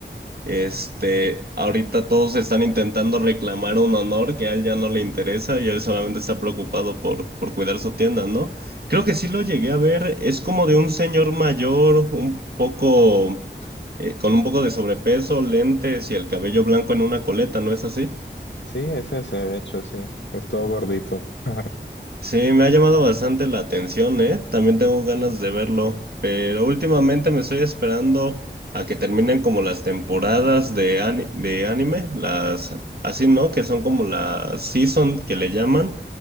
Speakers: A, on the right; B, on the left.
A: Este, ahorita todos están intentando reclamar un honor que a él ya no le interesa y él solamente está preocupado por, por cuidar su tienda, ¿no? Creo que sí lo llegué a ver, es como de un señor mayor, un poco, eh, con un poco de sobrepeso, lentes y el cabello blanco en una coleta, ¿no es así?
B: sí, es ese de hecho, sí, es todo gordito. <laughs>
A: Sí, me ha llamado bastante la atención, ¿eh? También tengo ganas de verlo, pero últimamente me estoy esperando a que terminen como las temporadas de, ani- de anime, las así, ¿no? Que son como la season que le llaman,